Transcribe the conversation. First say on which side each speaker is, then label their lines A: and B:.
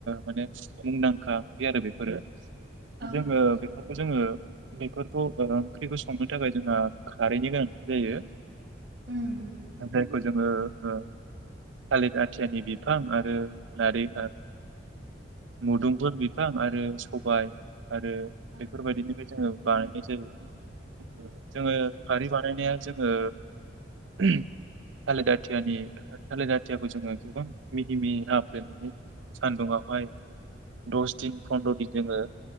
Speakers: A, on the right (about 90°); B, on the right (about 60°).
A: माने मुंदांखा ओंख्रि आरो बेफोरो
B: ओं
A: जोङो बेफोरखौ जोङो बेफोरखौ ओंख्रिखौ संनो थाखाय जोंहा खारैनि गोनांथि जायो।
B: उम
A: बेख जोङो ओ थालिर आथियानि बिफां आरो लारें मुदुमफोर बिफां आरो सबाय आरो
B: उम
A: बेफोरबायदिनिफ्राय जोङो बानायनाय जायो जोङो खारै बानायनाया जोङो थालिर आथियानि थालिर आथियाखौ जोङो गोबां मिहि मिहि हाफ्लेनानै सान्दुंङावहाय द दिन फन्द्र'
B: अ
A: दिन जोङो